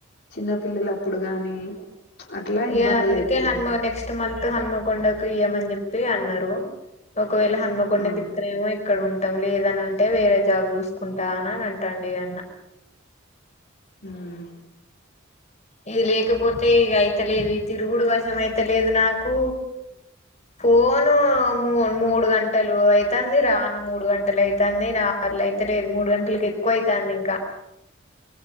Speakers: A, on the left; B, on the left.
A: చిన్న పిల్లల అప్పుడు గాని అట్లా
B: ఇగ
A: ఇబ్బందులు
B: అందుకే
A: అయితాయి
B: హనుమ నెక్స్ట్ మంత్ హనుమకొండకు ఇయ్యమని చెప్ చెప్పి అన్నరు. ఒకవేళ హన్మకొండ
A: ఆ
B: కితరెమో ఇక్కడ లేదని అంటే వేరే జాబ్ చూసుకుంటా అని అంటాడు ఇగ అన్న
A: హ్మ్
B: ఇది లేకపోతే ఇగ అయి లేదు ఈ తిరుగుడు వశం అయితే లేదు నాకు పోను మూ మూడు గంటలు అయితాంది రాను మూడు గంటలు అయితాంది. నావల్ల అయితే లేదు మూడు గంటలకి ఎక్కువ అయితాంది ఇంకా